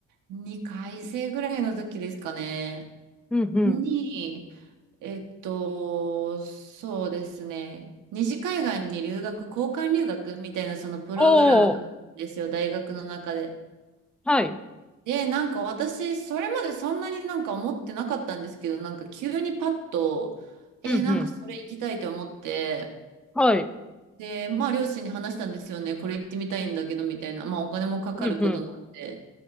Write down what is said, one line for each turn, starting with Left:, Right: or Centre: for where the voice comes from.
Right: 2回生ぐらいの時ですかね。
Centre: うんうん。
Right: に、えっと、そうですね。西海岸に留学、交換留学みたいなそのプログラムがあるんですよ、
Centre: おお。
Right: 大学の中で。
Centre: はい。
Right: で、なんか私、それまでそんなになんか思ってなかったんですけど、なんか急にパッと、えーなんかそれ行きたいと思って、
Centre: うんうん。はい。
Right: で、まあ両親に話したんですよね、これ行ってみたいんだけど、みたいな、まあお金もかかることなんで、
Centre: うんうん。